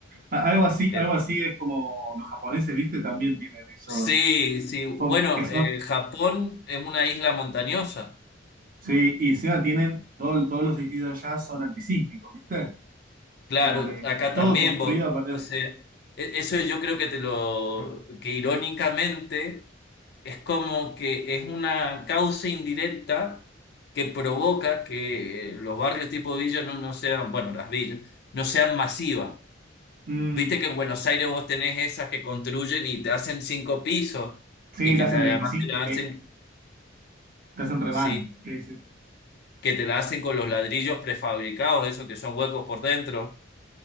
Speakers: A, on the right; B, on the left.
A: a- Algo así,
B: Eh,
A: algo así es como los japoneses, ¿viste? También tienen eso
B: sí,
A: de-
B: sí,
A: que
B: bueno,
A: son, que son-
B: eh, Japón es una isla montañosa.
A: sí, y encima tienen, todo- todos los edificios allá son antisísmicos, ¿viste?
B: Claro,
A: Como que está
B: acá
A: todo
B: también,
A: construido
B: vos,
A: a partir
B: o
A: de-
B: sea, e- eso yo creo que te lo, que irónicamente es como que es una causa indirecta que provoca que eh, los barrios tipo villa no no sean, bueno, las villas, no sean masivas.
A: Mm,
B: Viste que en Buenos Aires vos tenés esas que construyen y te hacen cinco pisos
A: sí,
B: y que
A: te hacen
B: te, además
A: 25
B: te la
A: ve-
B: hacen,
A: te hacen re
B: sí,
A: mal. Sí, sí,
B: que te la hacen con los ladrillos prefabricados, esos que son huecos por dentro.